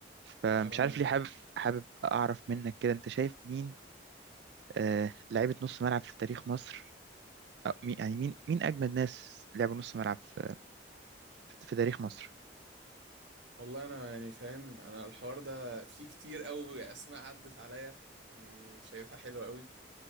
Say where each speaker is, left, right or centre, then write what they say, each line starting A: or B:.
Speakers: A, on the right; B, on the right.
A: فمش
B: انا
A: عارف ليه حابب حابب اعرف منك كده انت شايف مين آه لعيبه نص ملعب في تاريخ مصر أو مين- يعني مين مين اجمد ناس لعبوا نص ملعب في, في تاريخ مصر
B: والله انا يعني فاهم انا الحوار ده فيه كتير قوي اسماء عدت عليا يعني شايفها حلوه قوي